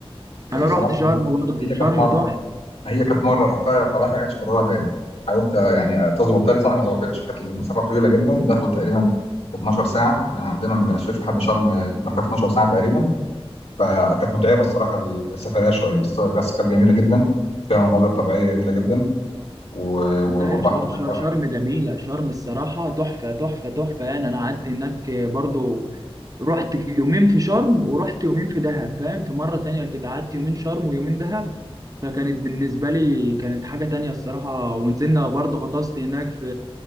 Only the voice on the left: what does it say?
آه، صراحه
يعني
هي
كانت مره
هي كانت مره رحتها صراحه عايش كررها تاني حاولت آه، يعني آه، تظبط تاني صح ما ظبطتش كانت المسافه طويله جدا داخله تقريبا 12 ساعه من عندنا من الشيخ لحد شرم آه، داخله في 12 ساعه تقريبا فكانت متعبه الصراحه السفريه شويه بس بس كانت جميله جدا فيها مناظر طبيعيه جميله جدا و... و-
والبحر
هناك
رائع.